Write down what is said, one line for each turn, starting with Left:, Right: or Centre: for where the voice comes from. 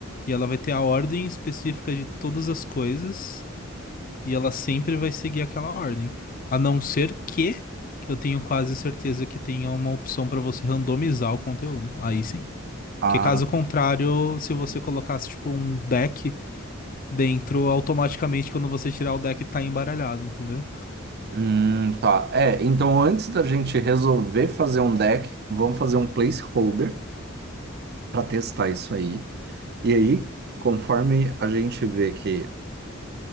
Left: e ela vai ter a ordem específica de todas as coisas. E ela sempre vai seguir aquela ordem. A não ser que, que eu tenho quase certeza que tenha uma opção pra você randomizar o conteúdo. Aí sim.
Right: ah,
Left: Que caso contrário, se você colocasse tipo um deck dentro, automaticamente quando você tirar o deck tá embaralhado, entendeu?
Right: hum, tá. É, então antes da gente resolver fazer um deck, vamos fazer um placeholder para testar isso aí. E aí, conforme a gente vê que